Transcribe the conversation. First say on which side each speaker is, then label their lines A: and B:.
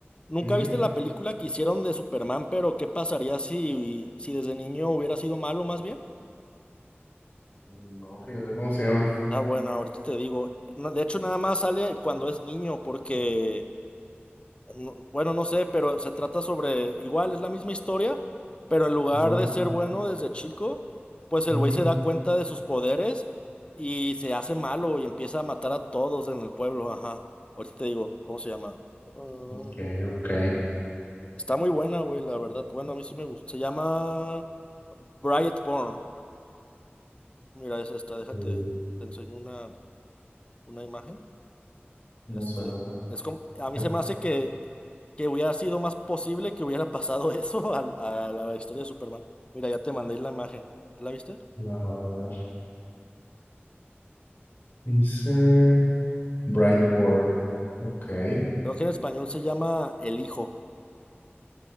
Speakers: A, on the left; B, on the left.
A: ¿nunca
B: Ujú.
A: viste la película que hicieron de Superman, pero qué pasaría si, si desde niño hubiera sido malo más bien?
B: No, fíjate cómo se llama.
A: Ah, bueno, ahorita te digo. No, de hecho, nada más sale cuando es niño, porque no- bueno, no sé, pero se trata sobre, igual es la misma historia, pero en lugar
B: Ajá.
A: de ser bueno desde chico, pues el
B: Ujú.
A: güey se da cuenta de sus poderes y se hace malo y empieza a matar a todos en el pueblo, ajá. Ahorita te digo, ¿cómo se llama? Mm,
B: Ok, ok.
A: está muy buena, güey, la verdad. Bueno, a mí sí me gusta. Se llama Brightborn. Mira, es esta, déjate,
B: Mm,
A: te enseño una, una imagen.
B: No
A: Este,
B: suena tan.
A: es
B: <laughs>
A: como, a mí
B: A
A: se me hace que, que hubiera sido más posible que hubiera <laughs> pasado eso al- a, la historia de Superman. Mira, ya te mandé la imagen. ¿Ya la viste?
B: ver, dice Brightborn. Ok,
A: Creo que en español se llama El Hijo.